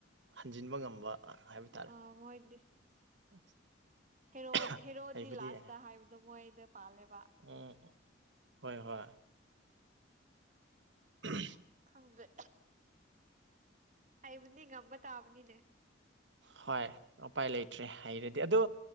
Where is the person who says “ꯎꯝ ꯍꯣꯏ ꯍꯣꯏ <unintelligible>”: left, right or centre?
Right